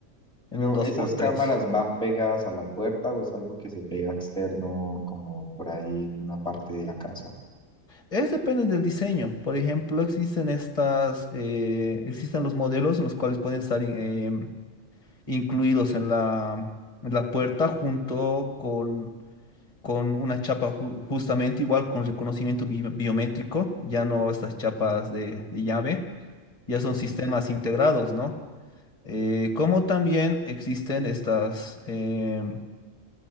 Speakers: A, in the centre; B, on the left (about 25°).
A: Pero
B: en un dos
A: ¿esas
B: por
A: cámaras
B: tres
A: van pegadas a la puerta o es algo que se pega externo como por ahí en una parte de la casa?
B: Es depende del diseño, por ejemplo, existen estas, eh, existen los modelos en los cuales pueden estar... em, incluidos en la, en la puerta junto con, con una chapa ju- justamente igual con reconocimiento bi- biométrico, ya no estas
A: Mm,
B: chapas de, de llave, ya
A: sí,
B: son sistemas integrados, ¿no? Eh, como también existen estas, em,